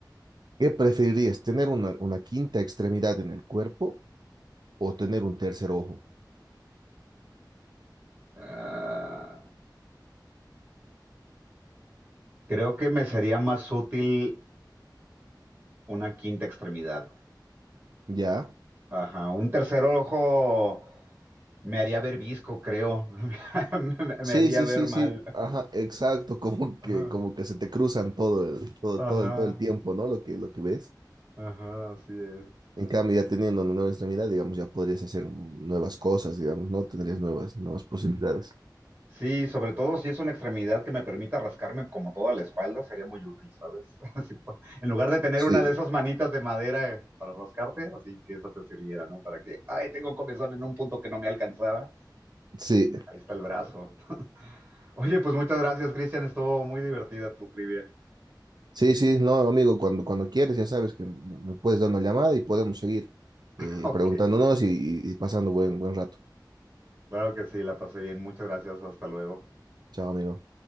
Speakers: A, on the right (about 65°); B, on the right (about 30°).
A: ¿Qué preferirías, tener una, una quinta extremidad en el cuerpo o tener un tercer ojo?
B: Ah, creo que me sería más útil una quinta extremidad.
A: ¿Ya?
B: Ajá, un tercer ojo me haría ver visco, creo. <laughs> Me, me
A: Sí,
B: me haría
A: sí,
B: ver
A: sí,
B: mal.
A: sí, ajá, exacto, como que,
B: <laughs> Ajá,
A: como que se te cruzan todo el, todo,
B: ajá,
A: todo el, todo el tiempo, ¿no? Lo que, lo que ves.
B: ajá, así es.
A: En cambio, ya teniendo una nueva extremidad, digamos, ya podrías hacer nuevas cosas, digamos, ¿no? Tendrías nuevas, nuevas posibilidades.
B: Sí, sobre todo si es una extremidad que me permita rascarme como toda la espalda, sería muy útil, ¿sabes? <laughs> Así pa- en lugar de tener
A: Sí,
B: una de esas manitas de madera para rascarte, así que esa te sirviera, ¿no? Para que, ay, tengo comezón en un punto que no me alcanzaba.
A: sí,
B: Ahí está el brazo. Oye, pues muchas gracias, Cristian. Estuvo muy divertida tu trivia.
A: sí, sí, no, amigo, cuando, cuando quieres, ya sabes que m- me puedes dar una llamada y podemos seguir
B: <laughs>
A: eh,
B: Ok,
A: preguntándonos y, y- y pasando buen, buen rato.
B: claro que sí, la pasé bien. Muchas gracias. Hasta luego.
A: Chao, amigo.